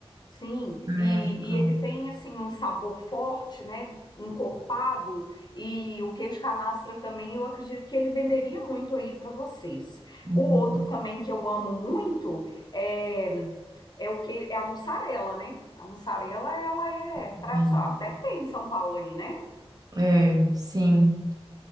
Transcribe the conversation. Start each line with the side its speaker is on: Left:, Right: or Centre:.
Left: Sim,
Right: na
Left: e,
Right: época.
Left: e ele tem assim um sabor forte, né? Encorpado, e o queijo canastra também eu acredito que ele venderia muito aí para vocês.
Right: Hum,
Left: O outro também que eu amo muito é, é o que é a mussarela, né? A mussarela ela é
Right: Enfim.
Left: tradicional, deve ter em São Paulo aí, né?
Right: É, sim.